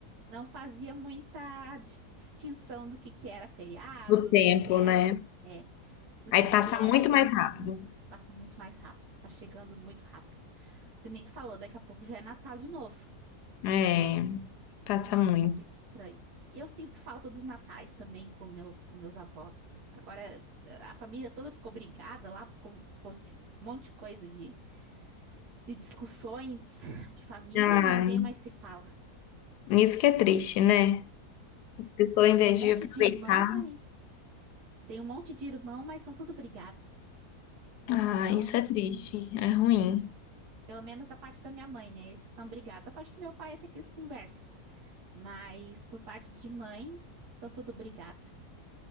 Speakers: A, on the right (about 80°); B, on the left (about 85°).
A: não fazia muita dis- distinção do que que era feriado,
B: O
A: do
B: tempo,
A: que que era,
B: né?
A: é, do
B: Aí
A: que que
B: passa
A: era
B: muito
A: dia
B: mais
A: de
B: rápido.
A: semana. Passa muito mais rápido, tá chegando muito rápido. Que nem tu falou, daqui a pouco já é Natal de novo.
B: É, passa
A: Nossa,
B: muito.
A: tá muito estranho. E Eu sinto falta dos natais também com, meu, com meus avós. Agora, a família toda ficou brigada lá por um monte, um monte de coisa de de discussões de família
B: Ai,
A: e ninguém mais se fala.
B: isso que é triste, né? A pessoa, em
A: Tem
B: vez
A: um monte
B: de aproveitar.
A: de irmão, mas tem um monte de irmão, mas são tudo brigado.
B: Ah,
A: Então,
B: isso é triste, é ruim.
A: pelo menos da parte da minha mãe, né? Esses são brigados. Da parte do meu pai até que eles conversam, mas por parte de mãe, são tudo brigado.